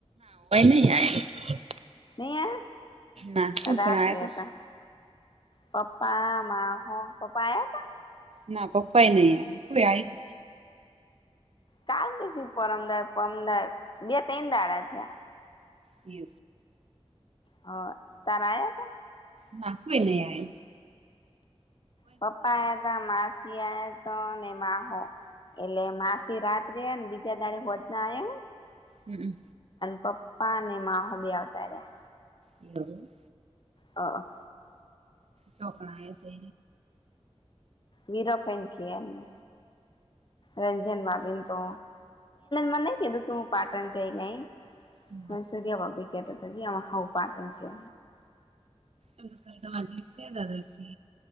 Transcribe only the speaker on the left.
નહી
રાત્ર
રે
હતા પપ્પા મા હો પ્પા એ હતા.
કામ કે પરમદાર પરમદાર બે ત દાડા થયા.
હા તાર હતા.
પપ્પા હતા માસી તો ને માહો એટલે માસી રાત્રે બીજા દાડે હોદનામ
પપ્પા અને માહ બી આવતાાર્યા
હ.
વીરાપેન ક એમને રંજન બાબેન તો મને કેું કે હું પાટણ જાય નઈ
હ સુર્યા ભ તા એમાં હ પાટન છે.